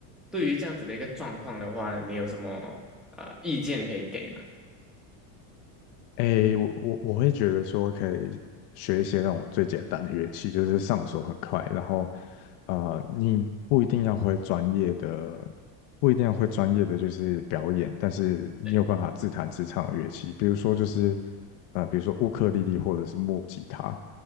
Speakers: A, in the centre; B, on the left.
A: 对于这样子的一个状况的话呢，你有什么呃意见可以给吗？
B: 诶，我我我会觉得说可以学一些那种最简单的乐器，就是上手很快，然后呃，你不一定要会专业的，不一定要会专业的就是表演，但是你有办法自弹自唱的乐器，
A: 对。
B: 比如说就是呃，比如说乌克丽丽或者是木吉他，